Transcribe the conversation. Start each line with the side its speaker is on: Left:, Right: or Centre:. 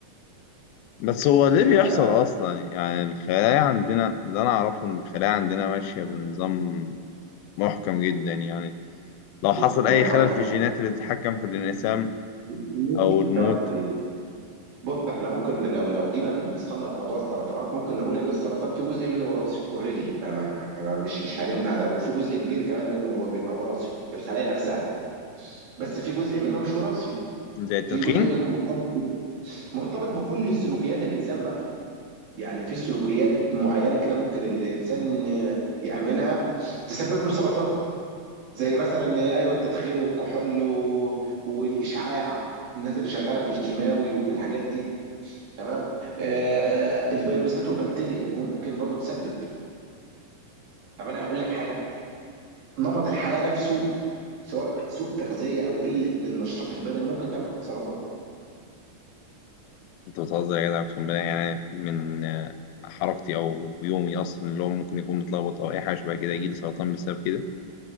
Left: بس هو ليه
Right: ف
Left: بيحصل
Right: ف
Left: اصلا يعني الخلايا عندنا اللي انا اعرفه ان الخلايا عندنا ماشيه بنظام محكم جدا يعني لو
Right: بص،
Left: حصل
Right: ما
Left: اي
Right: انا
Left: خلل
Right: هقول لك
Left: في الجينات اللي بتتحكم في الانقسام
Right: مش
Left: او المود
Right: شرط بص احنا ممكن لو لو جينا نصنف موضوع السرطانات ممكن نقول ان السرطان في جزء منه وراثي اوريدي ما ما ما- مش مش هنمنع ده وفي جزء كبير كمان منه هو بيبقى وراثي في الخلايا نفسها بس في جزء منه مش وراثي
Left: زي التدخين
Right: في جزء منه مرتبط مرتبط بكل السلوكيات الانسان بقى يعني في سلوكيات معينه كده ممكن الانسان يعملها تسبب له سرطان زي مثلا ايوه التدخين والكحول و... والاشعاع الناس اللي شغاله في الكيماوي وفي الحاجات دي تمام آه الفيروسات والبكتيريا ممكن برضو تسبب طب انا هقول لك حاجه نمط الحياه نفسه سواء سوء تغذيه او قله النشاط البدني ممكن تعمل سرطان
Left: انت بتهزر يا جدع اقسم بالله يعني من آه، حركتي او يومي اصلا اللي هو ممكن يكون متلخبط او اي حاجه شبه كده يجي لي سرطان بسبب كده